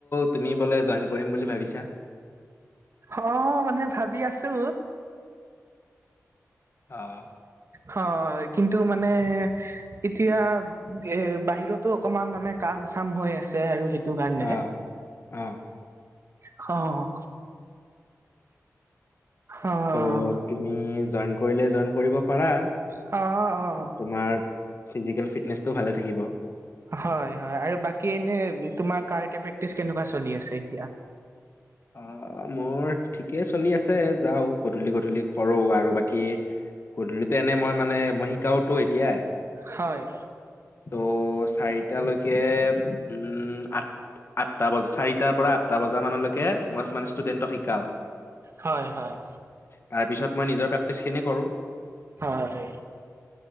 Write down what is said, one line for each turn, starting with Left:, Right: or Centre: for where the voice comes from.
Left: তুমি বোলে জইন কৰিম বুলি ভাবিছা
Right: অ মানে ভাবি আছো
Left: অ
Right: হয় কিন্তু মানে এতিয়া এ বাহিৰতো অকমান মানে কাম চাম হৈ আছে আৰু সেইটো কাৰণে
Left: অ' অ
Right: খ অ অ',
Left: ত' তুমি জইন কৰিলে জইন কৰিব পাৰা
Right: অ', অ',
Left: তোমাৰ ফিজিকেল ফিটনেচটো ভালে থাকিব
Right: হয় হয় আৰু বাকী এনে তোমাৰ কাৰাটে প্ৰেক্টিচ কেনেকোৱা চলি আছে এতিয়া
Left: অ মোৰ ঠিকেই চলি আছে যাও গধূলি গধূলি কৰো আৰু বাকী গধূলিতে এনে মই মানে মই শিকাও টো এতিয়া
Right: হয়,
Left: ত' চাৰি তা লৈকে উম আঠ আঠটা বজা চাৰিটাৰ পৰা আঠটা বজা মানলৈ কে মই মানে ষ্টুডেণ্টক শিকাও
Right: হয়, হয়,
Left: তাৰপিছত মই নিজৰ প্ৰেক্টিছখিনি কৰোঁ
Right: হয়,